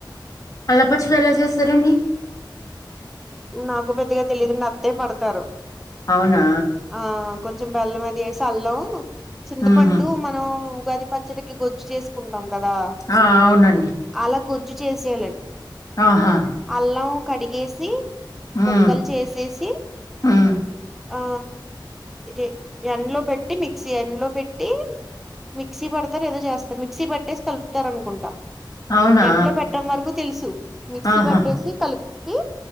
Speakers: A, on the left; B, in the centre.
A: అల్లపచ్చడి ఎలా చేస్తారండి
B: నాకు పెద్దగా తెలియదుండి అత్తయ పడతారు
A: అవునా
B: ఆ కొంచెం బెల్లం అది వేసి అల్లం చింతపండు
A: ఉహూ
B: మనం ఉగాది ప చ్చడికి గుజ్జు చేసుకుంటాం కదా
A: ఆ అవునండి
B: అలా గుజ్జు చేసేయాలండి
A: ఆహా
B: అల్లం కడిగేసి
A: హ్మ్
B: ముక్కలు చేసేసి
A: హ్మ్
B: ఆ ఇది ఎండలో పెట్టి మిక్సీ ఎండలో పెట్టి మిక్సీ పడతారో ఏదో చేస్తారు మిక్సీ పట్టేసి కలుపుతారు అనుకుంటా
A: అవునా
B: ఎండ్లో పెట్టం వరకు తెలుసు మిక్సీ
A: ఆహా
B: పట్టేసి కలిపి